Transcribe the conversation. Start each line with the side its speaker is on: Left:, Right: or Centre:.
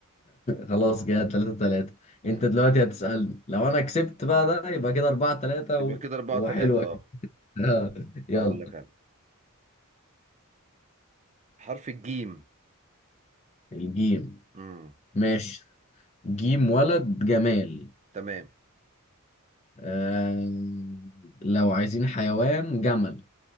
Left: خلاص كده تلاتة تلاتة
Right: امم
Left: انت دلوقتي هتسألني لو انا كسبت بقى ده يبقى كده اربعة تلاتة
Right: يبقى
Left: و...
Right: كده أربعة
Left: وحلوة
Right: تلاتة اه
Left: كده <laughs> يلا
Right: أقول لك أنا حرف الجيم
Left: الجيم
Right: امم
Left: ماشي جيم ولد جمال
Right: تمام
Left: آه... لو عايزين حيوان جمل